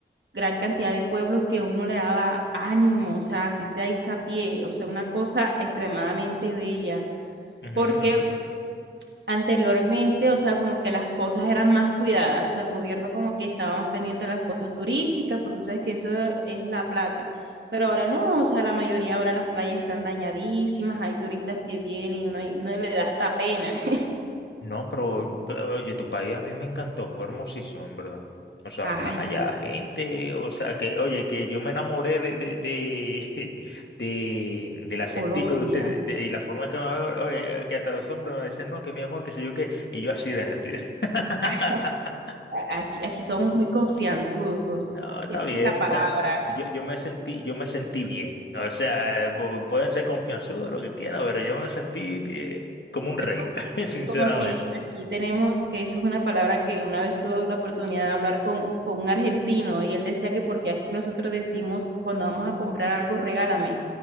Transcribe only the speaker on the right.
gran cantidad de pueblos que uno le daba ánimo, o sea, así sea pie, o sea, una cosa extremadamente bella,
porque
anteriormente, o sea, como que las cosas eran más cuidadas, o sea, el gobierno como que estaba más pendiente de las cosas turísticas, porque sabes que eso es la plata, pero ahora no, o sea, la mayoría ahora las playas están dañadísimas, hay turistas que vienen y uno, y uno le da hasta pena. <laughs>
Ay,
de
Colombia,
Ah, a- aquí, aquí somos muy confianzudos,
esa
es la palabra.
Es como,
es como aquí, aquí tenemos que eso es una palabra que una vez tuve la oportunidad de hablar con, con un argentino y él decía que porque aquí nosotros decimos cuando vamos a comprar algo, regálame.